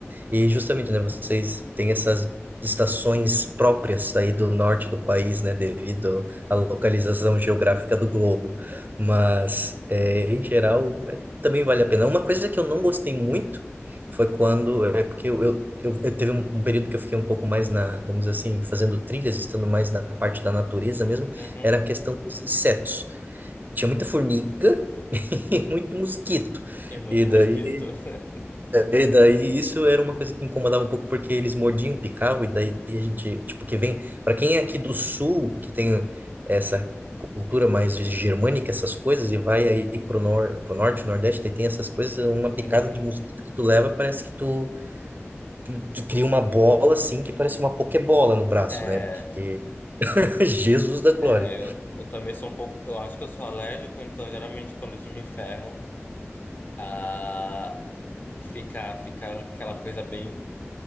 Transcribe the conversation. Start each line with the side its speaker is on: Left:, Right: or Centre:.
Right: E justamente, né, vocês têm essas estações próprias aí do norte do país, né, devido à localização geográfica do globo. Mas, é, em geral, é, também vale a pena. Uma coisa que eu não gostei muito foi quando, é porque eu, eu, eu, eu teve um, um período que eu fiquei um pouco mais na, vamos dizer assim, fazendo trilhas, estando mais na parte da natureza mesmo,
Left: Uhum.
Right: era a questão dos insetos. Tinha muita formiga <laughs> e muito mosquito.
Left: E muito
Right: E daí
Left: mosquito. <laughs>
Right: e daí isso era uma coisa que incomodava um pouco porque eles mordiam, picavam, e daí a gente, tipo, que vem, para quem é aqui do sul, que tem essa cultura mais germânica, essas coisas, e vai aí pro, nor pro norte, nordeste, daí tem essas coisas, uma picada
Left: Uhum.
Right: de mosquito que tu leva, parece que tu, tu, tu cria uma bola assim, que parece uma pokebola no braço,
Left: É,
Right: né? Porque <laughs> Jesus da glória.
Left: é, eu, eu também sou um pouco, eu acho que eu sou alérgico, então geralmente quando eles me ferram a ficar, ficar aquela coisa bem